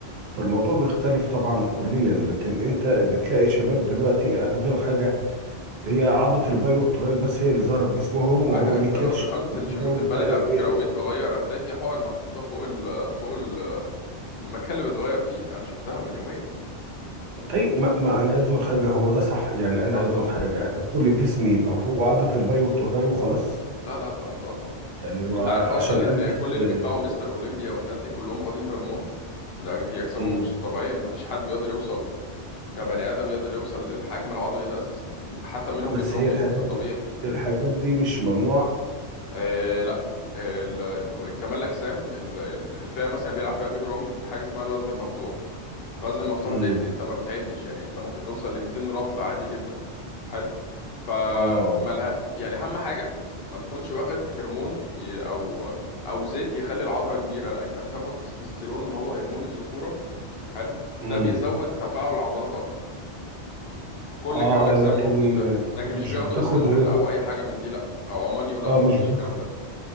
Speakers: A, on the right; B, on the left.
A: فالموضوع بيختلف طبعا كليا لكن انت بتلاقي شباب دلوقتي يعني عايز أقول لك حاجة هي عضة الباي والتراي بس هي اللي ظاهرة في جسمهم
B: ايوه
A: وهو ليه
B: انت
A: كرش
B: لو دخلت
A: كده
B: الجيمات
A: وبتاع
B: البلدي
A: إيه
B: على فكرة
A: إيه.
B: وجيت تغير هتلاقي في حقن محطوطة فوق ال فوق ال المكان اللي بتغير فيه انا شفتها من يومين
A: طيب ما, ما أنا عايز أقول حاجة هو ده صح يعني
B: لا
A: أنا عايز
B: طبعا
A: أقول حاجة أنا كل جسمي يبقى هو عضة الباي والتراي وخلاص
B: لا لا لا لا طبعا
A: يعني وع-
B: انت عارف اصلا
A: عشان ألبس
B: ان كل اللي
A: آه،
B: بيطلعوا مستر اولمبيا والناس دي كلهم واخدين هرمون ده دي اجسامهم
A: مم.
B: مش طبيعية ان مفيش حد بيقدر يوصل كبني ادم يقدر يوصل للحجم العضلي ده اساسا حتى منهم
A: بس
B: بيج رامي
A: هي الحاجات
B: ده طبيعي
A: دي الحاجات دي مش ممنوعة
B: آه لا آه ال- ال- كمال الاجسام ال- ال- الفئه مثلا بيلعب فيها بيج رامي دي حاجه اسمها الوزن المفتوح الوزن المفتوح
A: مم.
B: ديت انت ما بتعدش يعني انت ممكن توصل ل 200 رطل عادي جدا حلو فمالها
A: آه
B: يعني اهم حاجه ما تكونش واخد هرمون ي- او او زيت يخلي العضله كبيره لا انت بتاخد تستوستيرون اللي هو هرمون الذكوره حلو
A: مم.
B: ده بيزود تفاعل العضلات اكتر كل
A: آه
B: كمال الاجسام
A: آه، لكن
B: واخدين ده
A: آه،
B: لكن
A: مش
B: مش بياخدوا
A: بتاخد
B: ايثانول او اي حاجه من دي لا او امونيو لا
A: آه
B: ما
A: مش
B: فيش
A: بياخد
B: الكلام ده